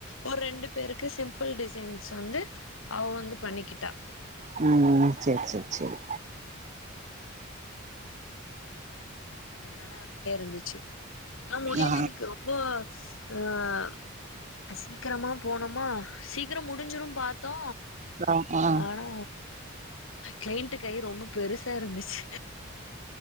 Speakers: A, on the left; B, on the right.
A: ஒரு ரெண்டு பேருக்கு சிம்ப்புள் டிசைன்ஸ் வந்து அவ வந்து பண்ணிக்கிட்டா
B: ஆ சேர் சேர் சேரி
A: ம் அதனால அப்டியே இருந்துச்சி ஆனா முடியில
B: ஆ
A: இன்னைக்கு ரொம்ப ஆ சீக்கெரமா போனோமா சீக்கிரம் முடிஞ்சிரும் பாத் தோ
B: ஆ ஆ
A: ஆனா க்ளைண்ட்டு கை ரொம்ப பெருசா இருந்துச்சு